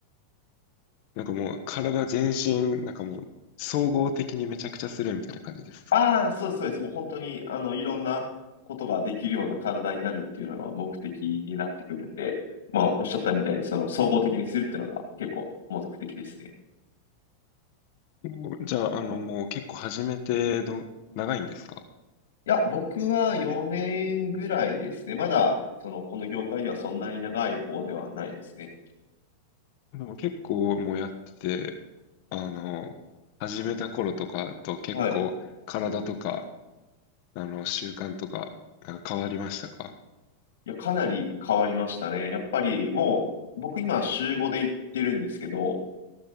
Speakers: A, on the left; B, on the left.
A: なんかもう体全身、なんかもう総合的にめちゃくちゃするみたいな感じですか。
B: ああ、そうですそうです。もう本当に、あの、いろんなことができるような体になるっていうのが目的になってくるんで、まあ、おっしゃったみたいに、その、総合的にするっていうのが結構目的ですね。
A: もうじゃあ、あのもう結構始めてど、長いんですか
B: いや、僕は4年ぐらいですね。まだ、その、この業界ではそんなに長い方ではないですね。
A: でも結構もうやってて、あの、始めた頃とかと結構体とか、
B: はい。い
A: あの習慣とか、なんか変わりましたか
B: や、かなり変わりましたね。やっぱり、もう、僕今、週5で行ってるんですけど、